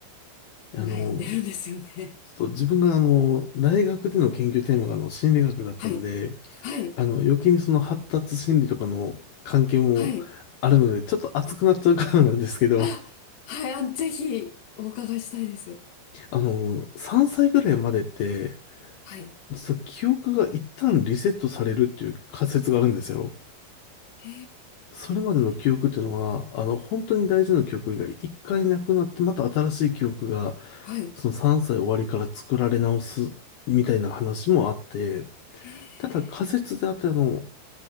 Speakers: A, on the left; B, on the left.
A: あの、
B: 悩んでるんですよね。
A: ちょっと自分が、あの、大学での研究テーマが、あの、心理学だったんで、
B: <laughs> はい。はい。
A: あの、余計にその発達心理とかの関係もあるので、
B: はい。
A: ちょっと熱くなっちゃうからなんですけど、
B: あ、
A: <laughs>
B: はい。あ、ぜひお伺いしたいです。
A: あの、3歳ぐらいまでって、
B: はい。
A: 実は記憶が一旦リセットされるっていう仮説があるんですよ。
B: へ
A: それまでの記憶っていうのは、
B: ー。
A: あの、本当に大事な記憶が一回なくなって、また新しい記憶が、
B: はい。
A: その3歳終わりから作られ直すみたいな話もあって、
B: へー。
A: ただ仮説であって、あの、